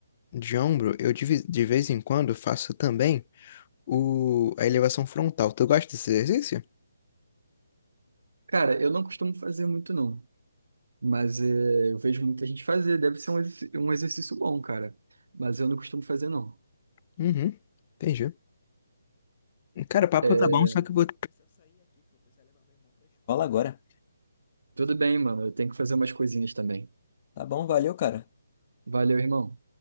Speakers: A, on the left; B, on the right.
A: de ombro, eu de, ve- de vez em quando faço também o, a elevação frontal. Tu gosta desse exercício?
B: Cara, eu não costumo fazer muito, não. Mas é, eu vejo muita gente fazer, deve ser um, exerc- um exercício bom, cara. Mas eu não costumo fazer, não.
A: Uhum, entendi. Cara, o papo
B: É,
A: tá bom, só que eu vou. Bora.
B: Tudo bem, mano, eu tenho que fazer umas coisinhas também.
A: Tá bom, valeu, cara.
B: Valeu, irmão.